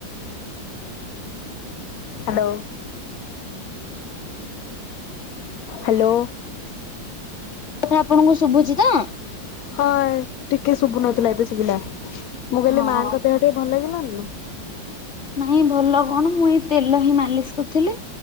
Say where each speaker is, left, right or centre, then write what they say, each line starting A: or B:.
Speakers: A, on the left; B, on the left.
A: ହାଲୋ। ହାଲୋ।
B: କଥା ଆପଣଙ୍କୁ ଶୁଭୁଛି ତ?
A: ହଁ ଟିକେ ଶୁବୁ ନଥିଲା, ଏବେ ଶୁବିଲା ମୁଁ
B: ହଁ।
A: କଲି ମାଆଙ୍କ ଦେହ ଟିକେ ଭଲ ହେଇଗଲାଣି ନା?
B: ନାଇଁ ଭଲ କଣ, ମୁଁ ଏଇ ତେଲ ହିଁ ମାଲିସ କରିଥିଲି।